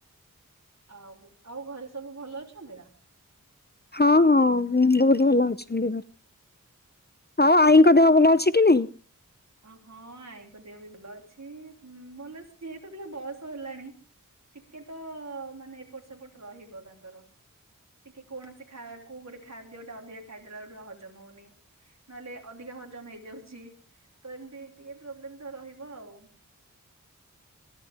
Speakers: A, on the right; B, on the left.
A: ଆଉ ଆଉ ଘରେ ସବୁ ଭଲ ଅଛନ୍ତି ନା।
B: ହଁ ହଁ ବହୁତ ଭଲ ଅଛନ୍ତି ଘରେ। ଆଉ ଆଈଙ୍କ ଦେହ
A: ହପା
B: ଭଲ ଅଛି କି ନାଇଁ?
A: ହଁ ଆଇଙ୍କ ଦେହ ବି ଭଲ ଅଛି। ଛି ଉଁ ଭଲସେ ଯେହେତୁ ଟିକେ ବୟସ ହେଲାଣି। ଟିକେ ତ ମାନେ ଏପଟ ସେପଟ ରହିବ ତାଙ୍କର। ଟିକେ କୌଣସି ଖାଇବା କୁ ଗୋଟେ ଖାଦ୍ୟଟା ଅଧିକା ଖାଇଦେଲା ବଳକୁ ଟିକେ ହଜମ ହଉନି ନହେଲେ। ଅଧିକା ହଜମ ହେଇଯାଉଛି ତ ଏମତି ଟିକେ ପ୍ରୋବ୍ଲେମ ତ ରହିବ ଆଉ।।